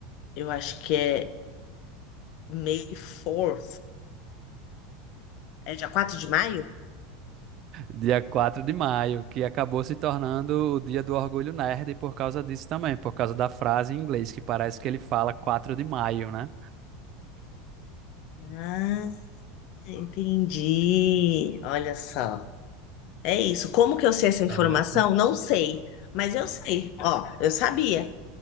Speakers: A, on the left (about 55°); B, on the right (about 45°).
A: eu acho que é May 4 É dia 4 de maio?
B: Dia 4 de maio, que acabou se tornando o dia do orgulho nerd por causa disso também, por causa da frase em inglês, que parece que ele fala 4 de maio, né?
A: Ah, entendi. Olha só. É isso. Como que eu sei essa informação?
B: Interessante.
A: Não sei, mas eu sei. Ó, eu sabia.